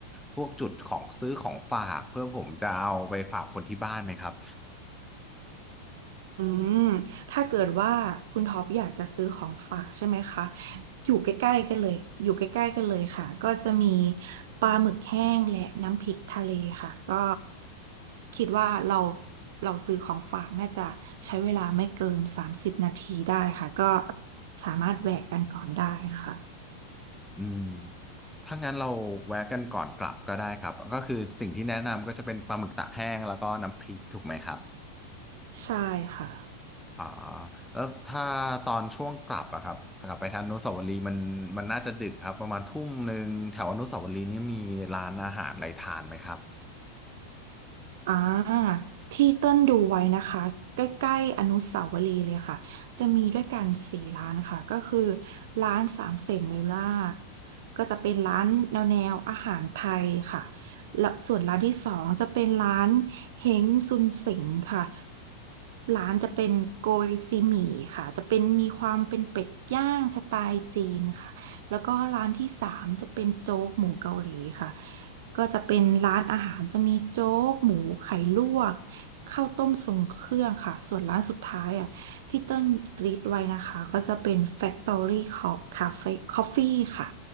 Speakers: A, in the centre; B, on the right.
A: พวกจุดของซื้อของฝากเพื่อผมจะเอาไปฝากคนที่บ้านไหมครับ
B: อืมถ้าเกิดว่าคุณท็อปอยากจะซื้อของฝากใช่ไหมคะ อยู่ใกล้ๆกันเลยอยู่ใกล้ๆกันเลยค่ะก็จะมีปลาหมึกแห้งและน้ำพริกทะเลค่ะก็คิดว่าเราเราซื้อของฝากน่าจะใช้เวลาไม่เกิน30นาทีได้ค่ะ ก็สามารถแวะกันก่อนได้ค่ะ
A: อืมถ้างั้นเราแวะกันก่อนกลับก็ได้ครับก็คือสิ่งที่แนะนำก็จะเป็นปลาหมึกตากแห้งแล้วก็น้ำพริกถูกไหมครับ
B: ใช่ค่ะ
A: อ่าแล้วถ้าตอนช่วงกลับอะครับกลับไปทางอนุสาวรีย์มันมันน่าจะดึกครับประมาณทุ่มหนึ่งแถวอนุสาวรีย์นี่มีร้านอาหารอะไรทานไหมครับ
B: อ่าที่เต้นดูไว้นะคะใกล้ๆอนุสาวรีย์เลยค่ะจะมีด้วยกันสี่ร้านค่ะก็คือร้านสามเสนเวลล่าก็จะเป็นร้านแนวแนวอาหารไทยค่ะและส่วนร้านที่สองจะเป็นร้านเฮงซุนเส็งค่ะร้านจะเป็นโกยซีหมี่ค่ะจะเป็นมีความเป็นเป็ดย่างสไตล์จีนค่ะ แล้วก็ร้านที่สามจะเป็นโจ๊กหมูเกาหลีค่ะ ก็จะเป็นร้านอาหารจะมีโจ๊กหมูไข่ลวกข้าวต้มทรงเครื่องค่ะ ส่วนร้านสุดท้ายอ่ะที่เติ้ลรีดไว้นะคะก็จะเป็น Factory Cop Cafe Coffee ค่ะ